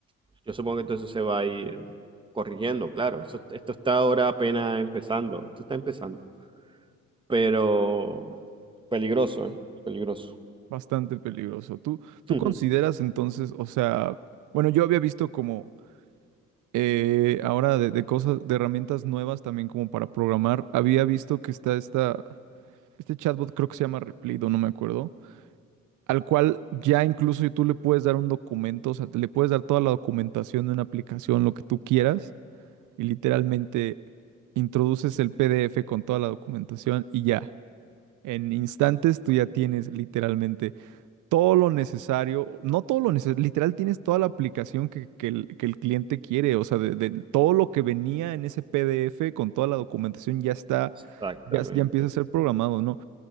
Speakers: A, on the right; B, on the right.
A: yo supongo que todo eso se va a ir corrigiendo, claro. eso esto está ahora apenas empezando, esto está empezando, pero peligroso, ¿eh? Peligroso.
B: Bastante peligroso. ¿Tú, tú
A: <laughs>
B: consideras entonces, o sea, bueno, yo había visto como Eh, ahora de, de cosas, de herramientas nuevas también como para programar, había visto que está esta, este chatbot creo que se llama Replido, no no me acuerdo, al cual ya incluso tú le puedes dar un documento, o sea, le puedes dar toda la documentación de una aplicación, lo que tú quieras, y literalmente introduces el PDF con toda la documentación y ya, en instantes tú ya tienes literalmente todo lo necesario, no todo lo necesario, literal tienes toda la aplicación que, que el, que el cliente quiere, o sea, de, de todo lo que venía en ese PDF con toda la documentación ya está,
A: Exactamente.
B: ya, ya empieza a ser programado, ¿no?